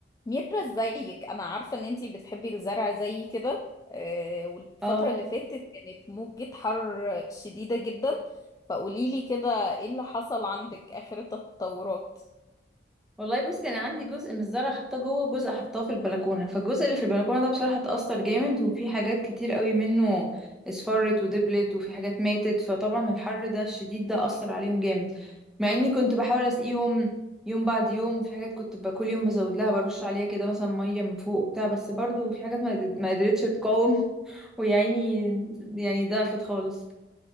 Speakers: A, on the left (about 20°); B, in the centre.
A: ميرا زيك انا عارفة ان انتي بتحبي الزرع زي كده آه، والفترة
B: اه
A: اللي فاتت كانت موجة حر شديدة جدا فقوليلي كده ايه اللي حصل عندك اخر التطورات
B: والله بصي انا عندي جزء من الزرع حطاه جوه جزء حطاه في البلكونه فالجزء اللي في البلكونه ده بصراحه اتأثر جامد وفي حاجات كتير قوي منه اصفرت ودبلت وفي حاجات ماتت فطبعا الحر ده الشديد ده أثر عليهم جامد مع اني كنت بحاول اسقيهم يوم بعد يوم وفي حاجات كنت بقى كل يوم بزود لها برش عليها كده مثلا ميه من فوق وبتاع بس برضو في حاجات ما قد- ما قدرتش تقاوم <laughs> ويا عيني يعني ضعفت خالص